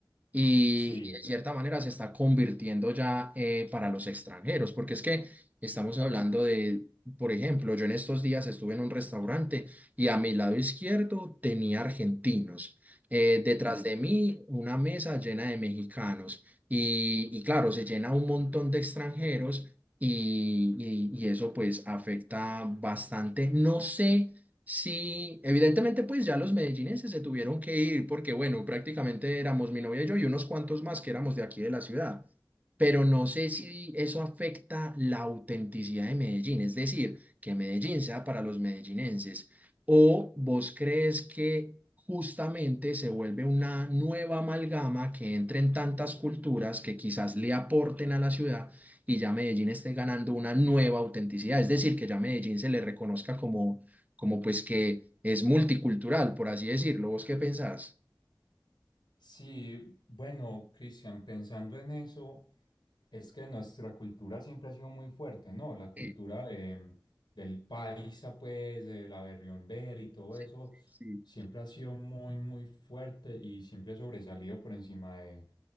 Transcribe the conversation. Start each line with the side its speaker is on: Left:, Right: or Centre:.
Right: y
Left: Sí.
Right: y de cierta manera se está convirtiendo ya eh, para los extranjeros, porque es que estamos hablando de, por ejemplo, yo en estos días estuve en un restaurante y a mi lado izquierdo tenía argentinos, eh, detrás de mí una mesa llena de mexicanos y, y claro, se llena un montón de extranjeros. Y, y y eso pues afecta bastante. No sé Sí, evidentemente pues ya los medellinenses se tuvieron que ir porque bueno, prácticamente éramos mi novia y yo y unos cuantos más que éramos de aquí de la ciudad, pero no sé si eso afecta la autenticidad de Medellín, es decir, que Medellín sea para los medellinenses o vos crees que justamente se vuelve una nueva amalgama que entre en tantas culturas que quizás le aporten a la ciudad y ya Medellín esté ganando una nueva autenticidad, es decir, que ya Medellín se le reconozca como como pues que es multicultural, por así decirlo. ¿Vos qué pensás?
Left: Sí, bueno, Cristian, pensando en eso, es que nuestra cultura siempre ha sido muy fuerte, ¿no? La cultura
Right: Sí,
Left: de- del paisa, pues, de la berriombera y todo
Right: sí,
Left: eso,
Right: sí,
Left: siempre
Right: sí.
Left: ha sido muy, muy fuerte y siempre ha sobresalido por encima de,